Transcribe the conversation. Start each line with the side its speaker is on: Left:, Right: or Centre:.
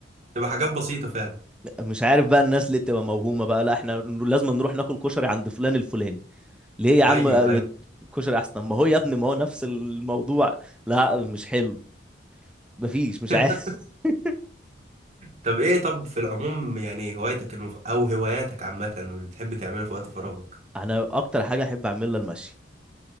Right: تبقى حاجات بسيطة فعلا
Centre: مش عارف بقى الناس اللي بتبقى موهومه بقى لا احنا لازم نروح ناكل كشري عند فلان الفلاني ليه يا عم
Right: ايوه ايوه
Centre: كشري احسن ما هو يا ابني ما هو نفس الموضوع لا مش حلو مفيش مش
Right: <laughs>
Centre: عارف <laughs>
Right: طب ايه طب في العموم يعني هوايتك المف... او هواياتك عامة واللي بتحب تعمله في وقت فراغك
Centre: انا اكتر حاجه احب اعملها المشي